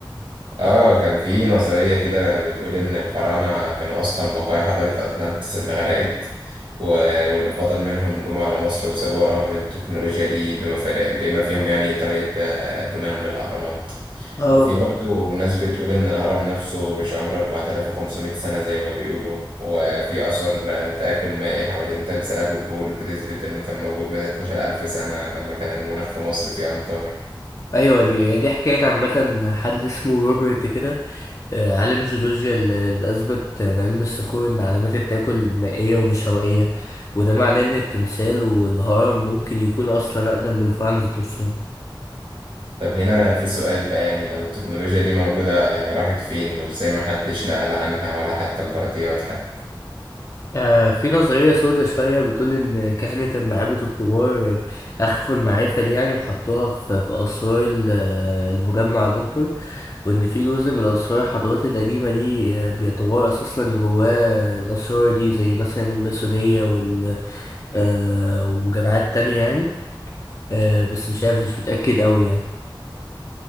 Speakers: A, on the right; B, on the left.
A: اه كان في نظرية كده بتقول إن الفراعنة كانوا أصلا بقايا حضارة أطلانتس اللي غرقت و- واللي فضل منهم جم على مصر وسابوا وراهم التكنولوجيا دي بما, فر- بما فيهم يعني طريقة ب- بنائهم للأهرامات
B: اه
A: وفي برضه ناس بتقول إن الهرم نفسه مش عمره 4500 سنة زي ما بيقولوا وفي آثار تآكل مائي حوالين تمثال أبو الهول بتثبت إنه كان موجود من 12000 سنة لما كان المناخ في مصر فيه أمطار
B: ايوه دي هي دي حكايه عامه حد اسمه روبرت كده آه، عالم جيولوجيا اللي اللي اثبت بعلم الصخور ان علامات التاكل مائيه ومش هوائيه وده معناه ان التمثال والهرم ممكن يكونوا اصلا اقدم من الفراعنه ذات نفسهم
A: طب هنا في سؤال بقى يعني لو التكنولوجيا دي موجودة هي راحت فين وازاي ما حدش نقل عنها ولا حتى البرديات حتى
B: آه في نظريه سودة شويه بتقول ان كهنه المعابد الكبار اخفوا المعرفه دي يعني وحطوها في في اسرار ال- المجمع الاكبر وإن في جزء من الأسرار الحضارات القديمة دي آه، بيتوارث أصلا جواه الأسرار دي زي مثلا الماسونية وال آه، وجماعات تانية يعني آه، بس مش عارف مش متأكد أوي يعني